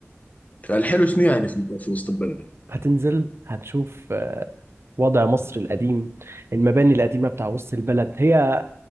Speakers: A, on the left (about 30°); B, on the right (about 55°).
A: فالحلو شنو يعني في, في وسط البلد؟
B: هتنزل هتشوف آه، وضع مصر القديم المباني القديمه بتاع وسط البلد هي